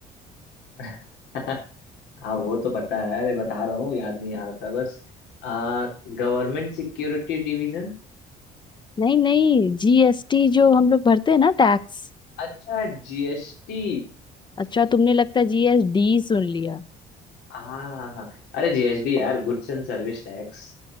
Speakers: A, on the left; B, on the left.
A: <laughs> हाँ, वो तो पता है अरे बता रहा हूँ याद नहीं आ रहा था बस आ गवर्नमेंट सिक्योरिटी डिवीजन
B: नहीं नहीं जीएसटी जो हम लोग भरते हैं ना टैक्स
A: अच्छा जीएसटी
B: अच्छा तुमने लगता है जीएसडी सुन लिया
A: हाँ हाँ हाँ अरे जीएसटी यार गुड्स एंड सर्विस टैक्स